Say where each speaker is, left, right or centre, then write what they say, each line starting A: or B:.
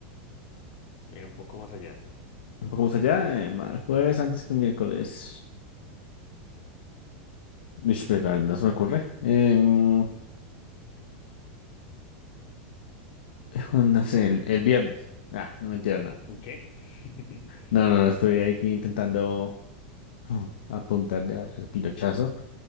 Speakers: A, on the left; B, on the left.
A: Mira un poco más allá.
B: un poco más allá, eh, ma- jueves antes que el miércoles. Uish, pues, la verdad, no se me ocurre. Em, es cuando, no sé, el, el viernes. Ah, no, mentira, no.
A: ¿Qué? <laughs>
B: No, no, no, estoy aquí intentando uh, apuntarle a- al pinochazo.